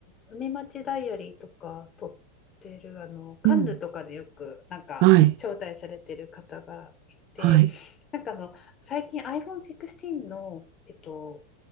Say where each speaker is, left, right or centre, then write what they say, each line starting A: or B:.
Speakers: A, on the left; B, on the right.
A: 海町ダイアリーとか撮ってる、あの、カンヌとかでよく、
B: うん、
A: なんか招待されてる方がいて、
B: はい、はい。
A: なんかあの、最近 iPhone16 の、えっと、